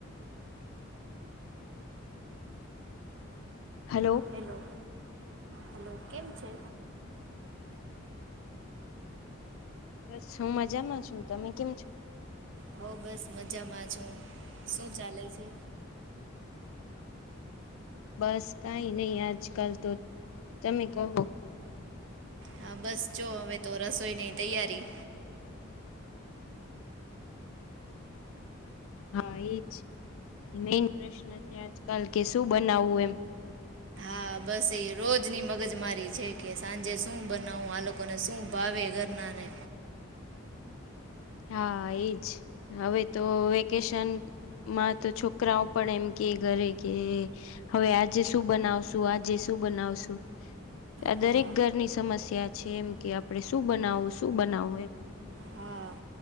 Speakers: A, on the left; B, on the right.
A: hello
B: hello. Hello કેમ છે?
A: બસ હું મજામાં છું. તમે કેમ છો?
B: હ બસ મજામાં છું. શું ચાલે છે?
A: બસ કઈ નહી આજકાલ તો તમે કહો.
B: હા બસ જો હવે તો રસોઈની તૈયારી
A: હા, એજ મેન પ્રશ્ન છે આજકાલ કે શું બનાવવું એમ
B: હા, બસ એ રોજની મગજ મારી છે. કે સાંજે શું બનાવું આ લોકોને શું ભાવે ઘરનાને.
A: હા, એજ હવે તો વેકેશન માં તો છોકરાઓ પણ એમ કે ઘરે કે હવે આજે શું બનાવશું? આજે શું બનાવશું? આ
B: હા
A: દરેક ઘરની સમસ્યા છે એમ કે આપણે શું બનાવવું? શું બનાવવું એમ.
B: હા